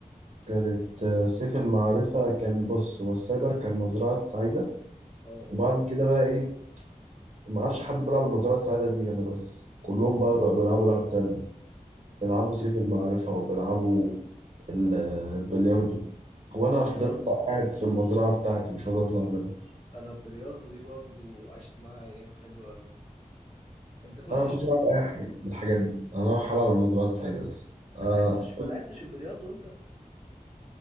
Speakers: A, on the right (about 50°); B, on the left (about 50°).
A: كانت آه، سيف المعرفة كان بص هو السايبر كان المزرعة السعيدة
B: اه
A: وبعد كده بقى ايه ما عادش حد بيلعب المزرعة السعيدة غير انا بس كلهم بقى بقوا بيلعبوا لعب تانية بيلعبوا سيف المعرفة وبيلعبوا ال- آه، البلياردو وانا
B: البلياردو
A: فضلت قاعد في المزرعة بتاعتي مش راضي اطلع منها
B: انا البلياردو دي برضو عشت معاها ايام حلوه قوي انت كنت
A: انا ما كنتش العب اي حاجة من الحاجات دي انا رايح العب المزرعة السعيدة بس
B: ما
A: آه.
B: لعبتش ما لعبتش البلياردو انت